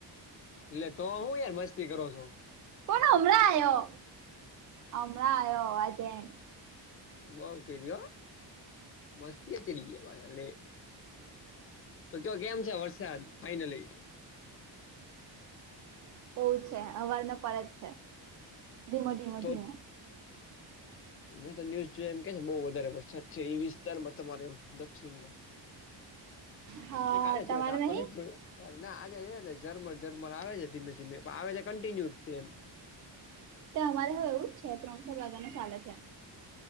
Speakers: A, on the left; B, on the right.
A: લે તો હું યાર મસ્તી કરો છો.
B: પણ હમણાં આયો હમણાં આયો આવાજ એમ.
A: બવ કીધી હો મસ્તીએ ચડી ગ્યા પાછા લે તો કે કેમ છે વરસાદ ફાઈનલી.
B: બઉ છે હવાર નો પડે જ છે. ધીમો ધીમો
A: તો
B: ધીમો.
A: મેં તો ન્યુઝ જોયા એમ કે છે બહુ વધારે વરસાદ છે ઈ વિસ્તારમાં તમારે એમ દક્ષિણમાં.
B: હા
A: મે કાલે
B: તમારે
A: જોયોતો આજ
B: નહી
A: નથ જોયો. ના આજે એ જરમર ઝરમર આવે છે ધીમે ધીમે પણ આવે છે કન્ટિન્યુ તેમ.
B: તે અમારે હે એવું છે ત્રણ ચાર વાગ્યા નો ચાલે છે.